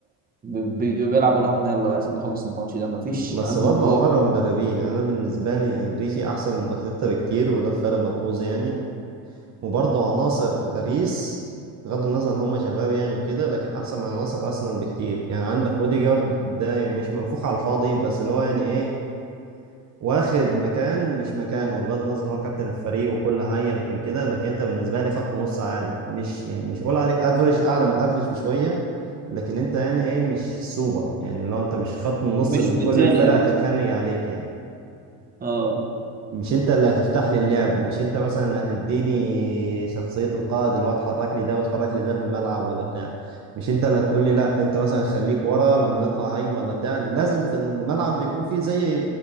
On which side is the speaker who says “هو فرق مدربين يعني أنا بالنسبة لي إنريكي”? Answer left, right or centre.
Right